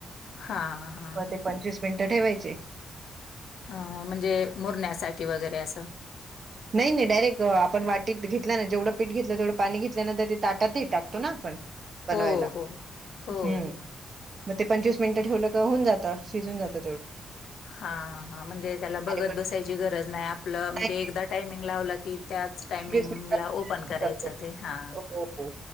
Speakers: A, on the left (about 75°); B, on the right (about 40°).
A: हां हां
B: मग
A: हां
B: ते पंचवीस मिनिटे ठेवायचे.
A: हा हा म्हणजे मुरण्यासाठी वगैरे असं.
B: नाही नाही डायरेक्ट आपण वाटीत घेतल ना जेवढं पीठ घेतलं तेवढं पाणी घेतल्यानंतर ते ताटात थेट टाका. तो ना आपण बनवायला
A: हो हो हो
B: हम्म.
A: हो.
B: मग ते पंचवीस मिनिटं ठेवलं का होऊन जातं शिजून जात
A: हा हा, म्हणजे त्याला बघत
B: आणि मग
A: बसायची ची गरज नाही आपलं म्हणजे
B: नाही
A: एकदा टायमिंग लावला की त्याच टायमिंगला
B: पंचवीस मिनिटात
A: ओपन करायचं
B: जातो.
A: ते, हां
B: हो हो